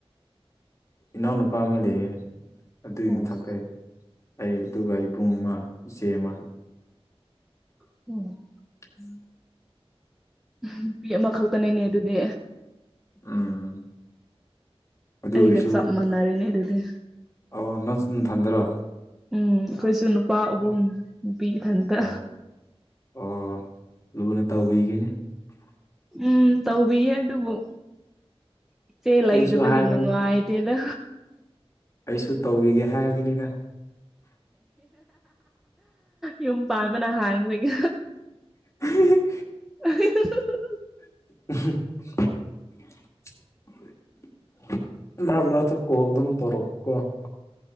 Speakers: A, on the left; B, in the centre.
A: ꯏꯅꯥꯎꯅꯨꯄꯥ ꯑꯃ ꯂꯩꯌꯦ ꯑꯗꯨꯒꯤ
B: ꯑꯣ
A: ꯃꯊꯛꯇꯩ ꯑꯩ ꯑꯗꯨꯒ ꯏꯕꯨꯡ ꯑꯃ ꯏꯆꯦ ꯑꯃ
B: <unintelligible>
A: <unintelligible> <inaudible>
B: ꯅꯨꯄꯤ ꯑꯃꯈꯛꯇꯅꯦꯅꯦ ꯑꯗꯨꯗꯤ
A: ꯎꯝ ꯑꯗꯨ
B: ꯑꯩꯒ
A: ꯑꯣꯏꯔꯁꯨ
B: ꯆꯞ ꯃꯥꯟꯅꯔꯦꯅꯦ ꯑꯗꯨꯗꯤ
A: ꯑꯣ ꯅꯪ ꯁꯨ ꯅꯊꯟꯗꯔꯣ
B: ꯎꯝ ꯑꯩꯈꯣꯏꯁꯨ ꯅꯨꯄꯥ
A: ꯑꯣ
B: ꯑꯍꯨꯝ ꯅꯨꯄꯤ ꯏꯊꯟꯇ
A: ꯑꯣ ꯑꯣ ꯂꯨꯅ ꯇꯧꯕꯤꯒꯅꯤ
B: ꯎꯝ ꯇꯧꯕꯤꯌꯦ ꯑꯗꯨꯕꯨ ꯏꯆꯦ ꯂꯩꯗꯕꯒꯤ
A: ꯑꯩꯁꯨ ꯍꯥꯏꯕꯅꯤ
B: ꯅꯨꯡꯉꯥꯏ ꯇꯦꯗ
A: ꯑꯩꯁꯨ ꯇꯧꯕꯤꯒꯦ ꯍꯥꯏꯕꯅꯤꯗ
B: ꯌꯨꯝ ꯄꯥꯟꯕꯅ ꯍꯥꯟꯈꯔꯒꯦ
A: <unintelligible>
B: <unintelligible>
A: <inaudible> ꯃꯔꯛ ꯃꯔꯛ ꯀꯣꯜ ꯑꯗꯨꯝ ꯇꯧꯔꯛ ꯑꯣ ꯀꯣ